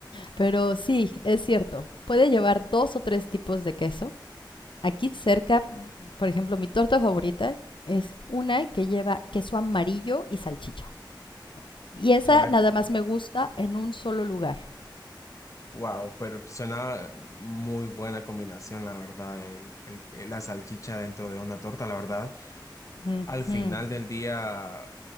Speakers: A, on the left; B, on the left.
A: Pero sí, es cierto. Puede llevar dos o tres tipos de queso. Aquí cerca, por ejemplo, mi torta favorita es una que lleva queso amarillo y salchicha. Y esa
B: Suena,
A: nada más me gusta en un solo lugar.
B: wow, pero suena muy buena combinación, la verdad, el, el- la salchicha dentro de una torta, la verdad.
A: Ujú.
B: Al final del día